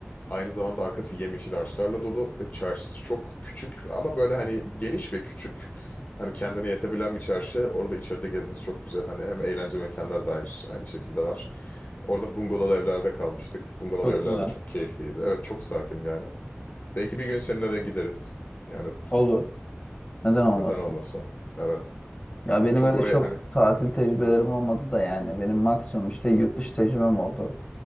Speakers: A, on the left; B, on the left.
A: Aynı zamanda arkası yemyeşil ağaçlarla dolu ve çarşısı çok küçük ama böyle hani geniş ve küçük. Hani kendine yetebilen bir çarşı. Orada içeride gezmesi çok güzel. Hani hem eğlence mekanları dair aynı şekilde var. Orada bungalov evlerde kalmıştık. Bungalov
B: Çok
A: evler
B: güzel.
A: de çok keyifliydi. Evet çok sakin yani. Belki bir gün seninle de gideriz. Yani
B: Olur. Neden olmasın?
A: neden olmasın? Evet.
B: Ya benim
A: Çok
B: öyle
A: oraya
B: çok
A: hani.
B: tatil tecrübelerim olmadı da yani. Benim maksimum işte yurt dışı tecrübem oldu.